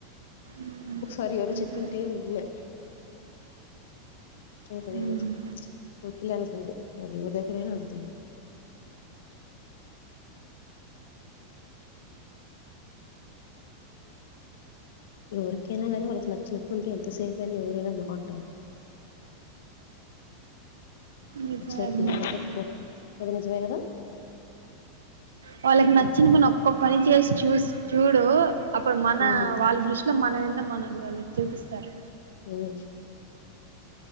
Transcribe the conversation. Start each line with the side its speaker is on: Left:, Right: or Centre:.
Right: మ్మ్.
Left: ఒకసారి ఎవరు
Right: నిజమే
Left: చెప్పింటే విన్న నది
Right: మ్మ్.
Left: ఊరికిల అనుకుంటే అది ఎవరి దగ్గరైనా అంతే. ఎవరికైనా గానీ వాళ్ళకి నచ్చినట్టు ఉంటే, ఎంతసేపు అయినా ఎవరైనా బాగుంటారు.
Right: నిజమే
Left: చ్చే
Right: అది మాత్రం
Left: కుదుర్తు అదిన నిజమే కదా
Right: వాళ్ళకి నచ్చిన
Left: ఉమ్
Right: పని ఒక్క పని చేసి చూ చూడు అప్పుడు మన
Left: ఉమ్
Right: వాళ్ళ దృష్టిలో మన వింద మన వాళ్ళ చూపిస్తారు.
Left: ఉమ్